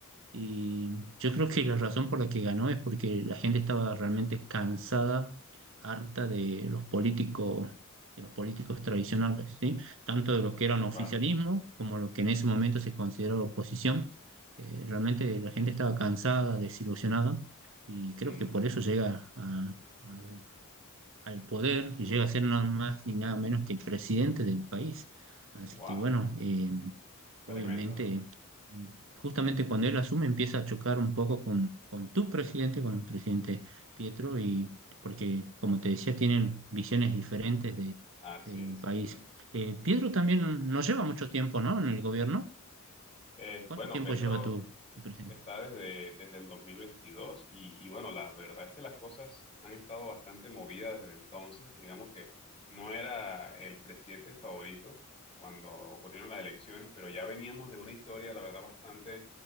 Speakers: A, on the right; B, on the left.
A: Y yo creo que la razón por la que ganó es porque la gente estaba realmente cansada, harta de los políticos, de los políticos tradicionales, ¿sí? Tanto de los que eran
B: Claro.
A: oficialismo como los que en ese momento se consideraba oposición. Eh, realmente la gente estaba cansada, desilusionada, y creo
B: Mm,
A: que por eso llega a- al, al poder y llega a ser nada más ni nada menos que el presidente del país. Así
B: wow.
A: que bueno, eh,
B: Tremendo,
A: Obviamente,
B: ¿eh?
A: y justamente cuando él asume empieza a chocar un poco con, con tu presidente, con el presidente Pietro, y porque, como te decía, tienen visiones diferentes de-
B: Así
A: del
B: es,
A: país.
B: así es.
A: Eh, Pietro también no lleva mucho tiempo, ¿no? En el gobierno.
B: Eh,
A: ¿Cuánto
B: bueno,
A: tiempo
B: Petro
A: lleva tu, tu presidente?
B: está desde, desde el 2022 y, y bueno, la verdad es que las cosas han estado bastante movidas desde entonces. Digamos que no era el presidente favorito cuando ocurrieron las elecciones, pero ya veníamos de una historia, la verdad, bastante,